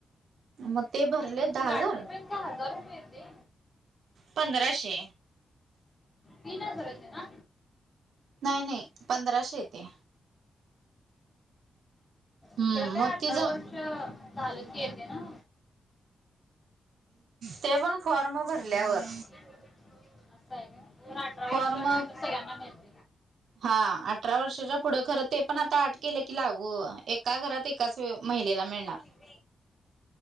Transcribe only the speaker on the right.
मग ते भरले
दहा
हजार
पंधराशे
नाही नाही पंधराशे येते. हम्म
मग
तिज
ते पण फॉर्म भरल्यावर.
फॉर्म
हा अठरा वर्षाच्या पुढं खर ते पण आता आट केलं की लागू एका घरात एक एकाच महिलेला मिळणार.